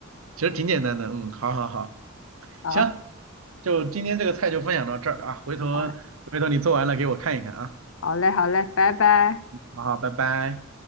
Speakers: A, on the right; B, on the left.
A: 其实挺简单的。嗯，好好好，
B: 好，
A: 行，就今天这个菜就分享到这儿啊，回头回头你做完了给我看一看啊。
B: 好嘞，好嘞，好嘞，拜拜。
A: 好好，拜拜。